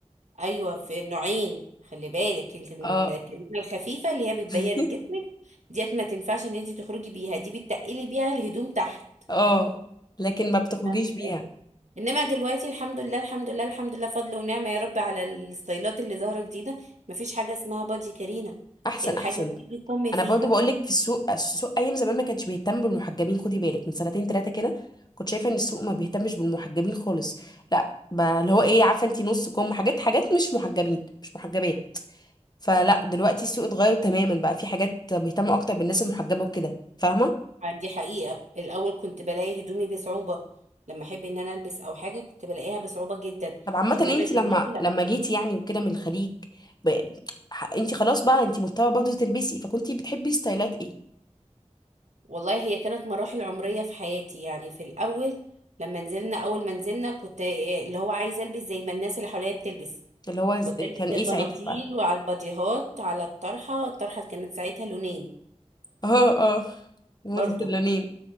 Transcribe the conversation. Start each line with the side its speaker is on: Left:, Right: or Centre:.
Right: ايوه في نوعين خلي بالك انت الكارينا
Left: اه
Right: الخفيفه اللي هي بتبين
Left: <laughs>
Right: جسمك ديت ما تنفعش ان انت تخرجي بيها دي بتتقلي بيها الهدوم تحت
Left: اه لكن ما بتخرجيش
Right: فاهمه ازاي
Left: بيها
Right: انما دلوقتي الحمد لله الحمد لله الحمد لله فضل ونعمة يا رب على الستايلات اللي ظاهرة جديدة مفيش حاجة اسمها بادي كارينا
Left: احسن
Right: الحاجة
Left: احسن
Right: بتيجي كم
Left: انا
Right: فيها
Left: برضه بقول لك في السوق السوق ايام زمان ما كانش بيهتم بالمحجبين خدي بالك من سنتين ثلاثه كده كنت شايفه ان السوق ما بيهتمش بالمحجبين خالص لا ب- اللي هو ايه عارفه انت نص كم حاجات حاجات مش محجبين مش محجبات فلا دلوقتي السوق اتغير تماما بقى في حاجات بيهتموا اكتر بالناس المحجبه وكده فاهمه
Right: دي حقيقة الاول كنت بلاقي هدومي بصعوبة لما احب ان انا البس او حاجة كنت بلاقيها بصعوبة جدا
Left: طب عامه
Right: انما
Left: انت
Right: دلوقتي
Left: لما
Right: لا
Left: لما جيتي يعني وكده من الخليج ب... انت خلاص بقى انت مضطره برضه تلبسي فكنتي بتحبي ستايلات ايه
Right: والله هي كانت مراحل عمرية في حياتي يعني في الاول لما نزلنا اول ما نزلنا كنت إيه اللي هو عايزة البس زي ما الناس اللي حواليا بتلبس
Left: اللي هو
Right: كنت
Left: ز-
Right: البس
Left: كان ايه
Right: البناطيل
Left: ساعتها بقى
Right: وعلى الباديهات وعلى الطرحة الطرحة كانت ساعتها لونين
Left: <laughs> اه اه موضه
Right: برضو
Left: اللونين